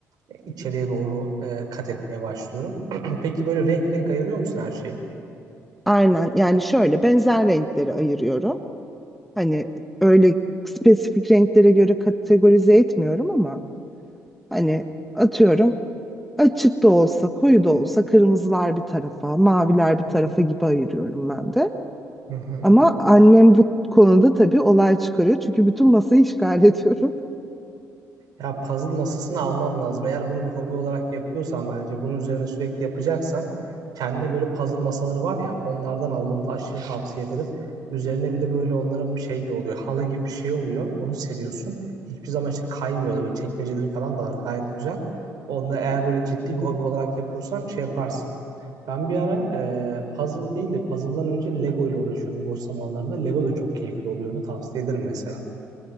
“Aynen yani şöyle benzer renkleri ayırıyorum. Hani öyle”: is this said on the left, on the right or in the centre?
Centre